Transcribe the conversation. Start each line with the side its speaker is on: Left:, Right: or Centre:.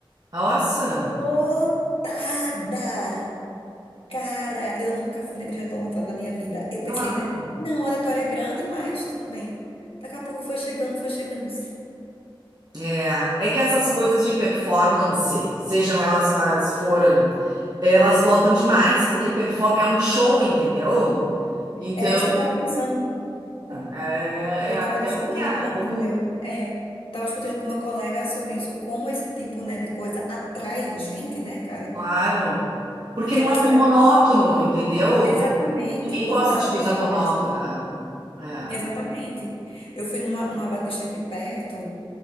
Right: Nossa.
Left: lotada! Cara, eu nunca fui na igreja tão lotada na minha vida. Eu pensei,
Right: Olha lá.
Left: né? Não, o auditório é grande, mas tudo bem. Daqui a pouco foi chegando, foi chegando, eu disse,
Right: É, é que essas
Left: nossa,
Right: coisas de performance, sejam elas quais forem, elas lotam demais, porque perform é um show, entendeu? Então,
Left: era isso que eu tava pensando.
Right: é, é,
Left: Eu estava
Right: é,
Left: discutindo
Right: é o que é,
Left: com
Right: é comum.
Left: com meu, é, estava discutindo com meu colega sobre isso, como esse tipo, né, de coisa atrai gente, né, cara?
Right: Claro. Porque
Left: Porque
Right: não
Left: você
Right: é tão
Left: vê
Right: monótono, entendeu?
Left: exatamente
Right: Ninguém
Left: lotado
Right: gosta de coisa
Left: de
Right: monótona.
Left: jovens.
Right: É,
Left: Exatamente. Eu fui numa, numa batista aqui perto,